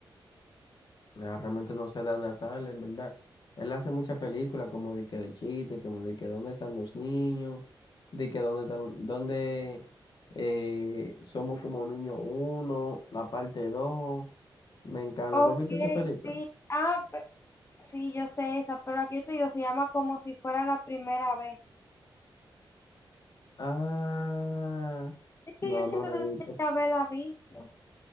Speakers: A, on the left; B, on the left.
A: Ah, realmente no sé de Adam Sandler, en verdad. Él hace muchas películas como de que de chiste, como de que dónde están los niños, de que dónde están, dónde eh, somos como niño uno, la parte dos. Me encanta.
B: Ok,
A: ¿Tú has visto esa película?
B: sí. Ah, Sí, yo sé esa, pero aquí te digo, se llama como si fuera la primera vez.
A: Ah,
B: Es
A: no,
B: que yo siento
A: no la
B: que
A: he visto.
B: tú tienes que haberla visto.